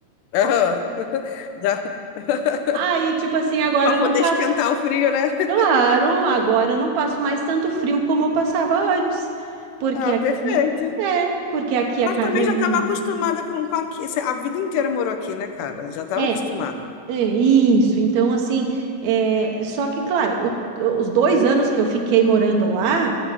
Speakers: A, on the left (about 85°); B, on the right (about 70°).
A: Aham. <laughs> Já. <laughs>
B: Aí, tipo assim, agora
A: Pra poder
B: eu não tá
A: esquentar o frio, né? <laughs>
B: Claro, agora eu não passo mais tanto frio como eu passava antes, porque
A: Ah,
B: aqui
A: perfeito.
B: é, porque aqui a
A: Mas
B: casa
A: também
B: é mu-
A: já estava acostumada com, com aqui. Cê- A vida inteira morou aqui, né, cara? Já estava
B: é,
A: acostumada.
B: é isso. Então assim, é, só que claro, o- os dois anos que eu fiquei morando lá,